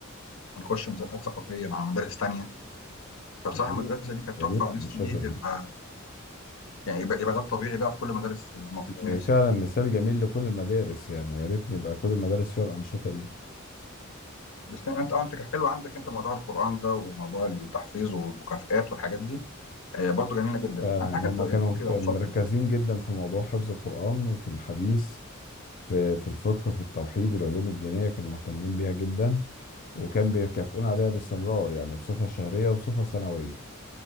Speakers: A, on the left; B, on the left.
A: ونخش مسابقات ثقافية مع مدارس تانية فبصراحه
B: جميل
A: المدرسه دي كانت
B: جميل
A: تحفه ونفسي
B: الانشطه
A: دي تبقى
B: دي
A: يعني يبقى, يبقى ده الطبيعي بقى في كل مدارس مصر
B: ده
A: نفسي
B: فعلا مثال جميل لكل المدارس يعني يا ريت نبقى كل المدارس فيها الانشطه دي
A: بس يعني انت اه انت كان حلو عندك انت موضوع القران ده وموضوع التحفيظ والمكافآت والحاجات دي آه برضه جميله جدا
B: فعلا
A: اهم
B: يعني
A: حاجه
B: هم
A: الت- يعني
B: كانوا
A: تروح يبقى
B: ك- مركزين
A: مثقف يعني
B: جدا في موضوع حفظ القران وفي الحديث في في الفقه في التوحيد العلوم الدينيه كانوا مهتمين بيها جدا وكان بيكافئون عليها باستمرار يعني بصفه شهريه وبصفه سنويه